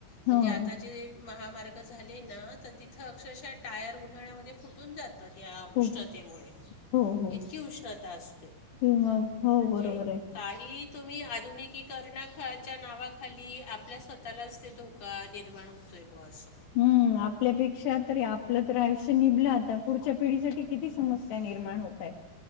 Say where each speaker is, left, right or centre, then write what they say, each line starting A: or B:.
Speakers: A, on the left (about 35°); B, on the left (about 70°).
A: म्हणजे
B: हो.
A: आता जे महामार्ग झाले ना, तर तिथं अक्षरशः टायर उन्हाळ्यामध्ये फुटून जा तात, या
B: हो
A: उष्णतेमुळे
B: हो हो
A: इतकी उष्णता असते.
B: किंवा हो
A: म्हणजे
B: बरोबर आहे.
A: काही तुम्ही आधुनिकीकरनाकाच्या नावाखाली, आपल्या स्वतःलाच ते धो का निर्माण होतोय बो अस.
B: हम्म आपल्यापेक्षा तरी आप आपलं तर आयुष्य निभलं आता, पुढच्या पिढीसाठी किती समस्या निर्माण होतायेत.